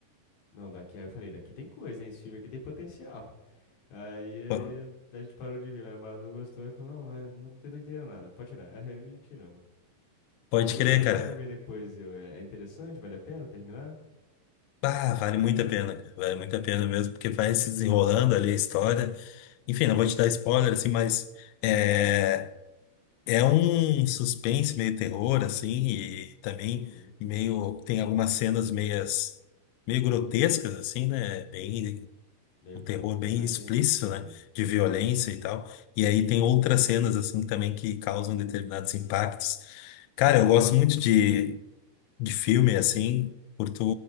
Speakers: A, on the left; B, on the left.
A: não, daqui, aí eu falei, daqui tem coisa, hein, esse filme aqui tem potencial. Aí eh,
B: Po-
A: a gente parou de ver, minha namorada não gostou, e falou não, mas não tô entendendo nada, pode tirar. <laughs> Aí tiramos.
B: Pode
A: Mas eu vou,
B: crer,
A: vou
B: cara.
A: parar pra ver depois, eu, é, é interessante, vale a pena terminar?
B: Ah, vale muito a pena, cara. Vale muito a pena mesmo, porque vai se desenrolando ali a história. Enfim, não vou te dar spoiler, assim, mas é, é um suspense meio terror, assim, e também
A: Uhum.
B: meio, tem algumas cenas meias, meio grotescas, assim, né? Bem,
A: Meio,
B: um terror bem
A: aham,
B: explícito,
A: entendi, entendi.
B: né? De violência e tal. E aí tem outras cenas, assim, também que causam determinados impactos. Cara, eu gosto muito de de filme, assim, curto,